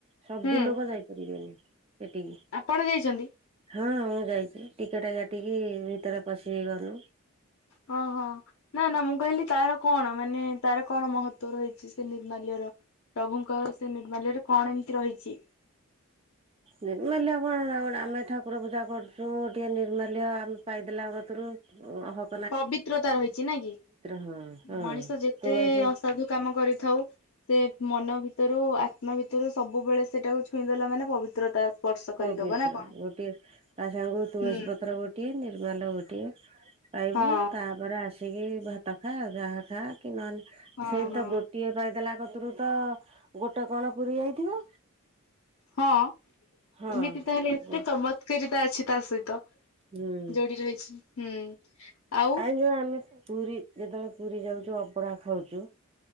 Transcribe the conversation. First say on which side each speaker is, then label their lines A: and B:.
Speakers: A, on the right; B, on the left.
A: ସବୁ
B: ହୁଁ
A: ଲୋକ ଯାଇପାରିବେନି ସେଠିକି
B: ଆପଣ ଯାଇଛନ୍ତି
A: ହଁ ମୁଁ ଯାଇଚି ଟିକେଟ କାଟିକି ଭିତରେ ପଶିକି ଗଲୁ।
B: ହଁ ହଁ। ନା ନା ମୁଁ କହିଲି ତାର କଣ ମାନେ ତାର କଣ ମହତ୍ଵ ରହିଛି ସେ ନିର୍ମାଲ୍ୟର? ପ୍ରଭୁଙ୍କର ସେ ନିର୍ମାଲ୍ୟରେ କଣ ଏମିତି ରହିଚି?
A: ନିର୍ମାଲ୍ୟ କଣ ଆମେ ଠାକୁର ପୂଜା କରୁଚୁ ଟିକେ ନିର୍ମାଲ୍ୟ ଆମେ ପାଇଦେଲା କତୁରୁ ଓଃକ।
B: ପବିତ୍ରତା ରହିଛି ନାଇ କି
A: ହଁ ହଁ
B: ମଣିଷ ଯେତେ
A: ତୁଳସୀ
B: ଅସାଧୁ କାମ କରିଥାଉ। ସେ ମନ ଭିତରୁ ଆତ୍ମା ଭିତରୁ ସବୁବେଳେ ସେଟାକୁ ଛୁଇଁଦେଲା ମାନେ ପବିତ୍ରତା ସ୍ପର୍ଶ କରିଦବ
A: ପବିତ୍ର
B: ନା କଣ?
A: ଗୋଟିଏ ତା ସାଙ୍ଗକୁ ତୁଳସୀ
B: ହୁଁ।
A: ପତ୍ର ଗୋଟିଏ ନିର୍ମାଲ୍ୟ ଗୋଟିଏ। ପାଇବୁ
B: ହଁ
A: ତାପରେ ଆସିକି ଭାତ ଖା ଯାହା ଖା କି ନହେଲେ।
B: ହଁ
A: ସେଇ
B: ହଁ
A: ତ ଗୋଟିଏ ପାଇଦେଲା କତୁରୁ ତ ଗୋଟେ କଣ ପୁରୀ ଯାଇଥିବ।
B: ହଁ
A: ହଁ।
B: ଏମିତି ତାହେଲେ ଏତେ
A: ଗୋ
B: ଚମତ ଉତେଜିତା ଅଛି ତା ସହିତ
A: ହୁଁ
B: ଯୋଉଠି ରହିଛି ହୁଁ। ଆଉ
A: ଆଇ ଯୋଉ ଆମେ ପୁରୀ ଯେତେବେଳେ ପୁରୀ ଯାଉଚୁ ଅବଢ଼ା ଖାଉଚୁ